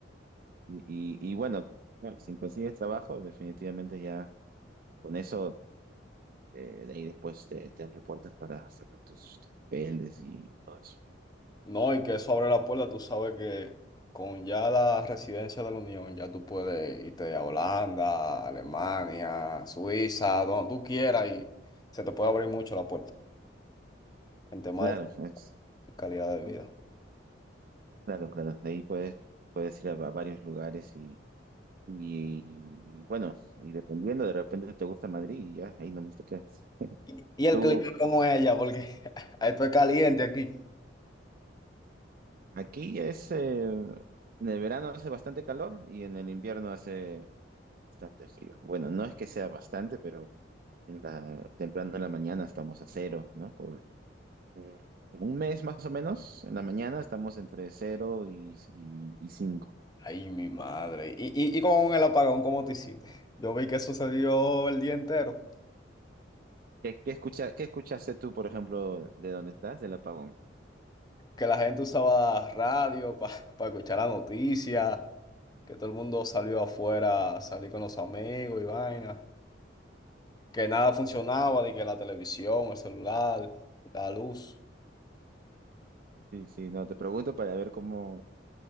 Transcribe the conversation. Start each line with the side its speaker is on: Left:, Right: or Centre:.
Right: y, y, y bueno, claro, si consigues trabajo, definitivamente ya con eso, eh, de ahí después te, te abre puertas para sacar tus papeles y todo eso.
Left: No, y que eso abre la puerta, tú sabes que con ya la residencia de la Unión, ya tú puedes irte a Holanda, Alemania, Suiza, donde tú quieras y se te puede abrir mucho la puerta en temas
Right: Claro,
Left: de
Right: es,
Left: calidad de vida.
Right: claro, claro, de ahí puedes, puedes ir a va- varios lugares Y, bueno, y dependiendo, de repente te gusta Madrid y ya, ahí nomás te quedas. <laughs>
Left: ¿Y, y el
Right: Tú,
Left: clima cómo es allá? Porque <laughs> esto es caliente aquí.
Right: aquí es, eh, en el verano hace bastante calor y en el invierno hace bastante frío. Bueno, no es que sea bastante, pero en la, temprano en la mañana estamos a cero, ¿no? Por eh, como un mes más o menos, en la mañana estamos entre cero y, y, y cinco.
Left: Ay, mi madre. ¿Y, y, y con el apagón cómo te hiciste? Yo vi que sucedió el día entero,
Right: ¿Qué, qué escucha, qué escuchaste tú, por ejemplo, de dónde estás, del apagón?
Left: que la gente usaba radio para <laughs> escuchar la noticia. que todo el mundo salió afuera, salí con los amigos y vaina, que nada funcionaba, de que la televisión, el celular, la luz.
Right: Sí, sí, no, te pregunto para ver cómo...